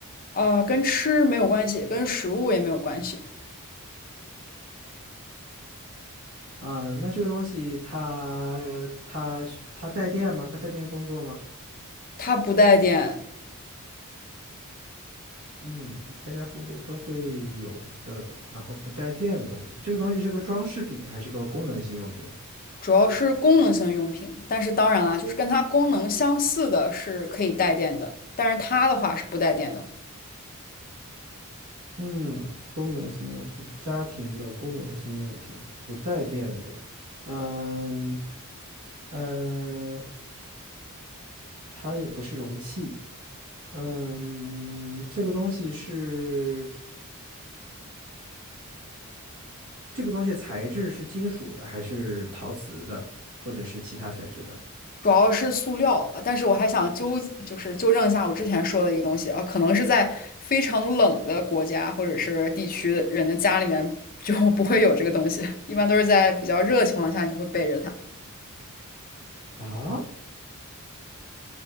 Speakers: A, on the left; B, on the right.
A: 呃，跟吃没有关系，跟食物也没有关系，
B: 嗯，那这个东西它它它带电吗？它带电工作吗？
A: 它不带电，
B: 嗯，家家户户都会有的，然后不带电的东西，这个东西是个装饰品还是个功能性用品？
A: 主要是功能性用品。但是当然啦，就是跟它功能相似的是可以带电的，但是它的话是不带电的。
B: 嗯，功能性用品，家庭的功能性用品，不带电的。嗯嗯，呃它也不是容器。嗯，这个东西是这个东西的材质是金属的，还是陶瓷的，或者是其他材质的？
A: 主要是塑料，啊，但是我还想纠，就是纠正一下我之前说的一个东西啊，可能是在非常冷的国家或者是地区的人的家里面就不会有这个东西，一般都是在比较热的情况下你会背着它。
B: 啊